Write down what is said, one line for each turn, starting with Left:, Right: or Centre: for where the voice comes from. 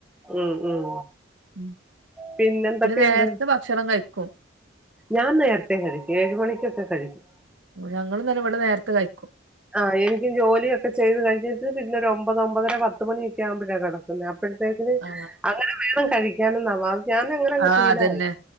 Centre: ഉം ഉം
Right: ഉം
Centre: പിന്നെന്തൊക്കെയുണ്ട്
Right: പിന്നെ നേരത്തെ ഭക്ഷണം കഴിക്കും
Centre: ഞാൻ നേരത്തെ കഴിക്കു ഏഴ് മണിക്കൊക്കെ കഴിക്കും
Right: ഞങ്ങളും ഇന്നുംഇവിടെ നേരത്തെ കഴിക്കും
Centre: ആ എനിക്കും ജോലി ഒക്കെ ചെയ്ത് കഴിഞ്ഞിട്ട് പിന്നെ ഒരു ഒമ്പത് ഒമ്പതര പത്ത് മണിയൊക്കെ ആവുമ്പോഴാണ് കിടുന്നത് അപ്പോഴത്തേക്കിന്
Right: ആ
Centre: അങ്ങനെ വേണം കഴിക്കാനെന്നാ വാ ഞാനങ്ങിനങ്ങ്
Right: ആ
Centre: ശീലമായി
Right: അതന്നെ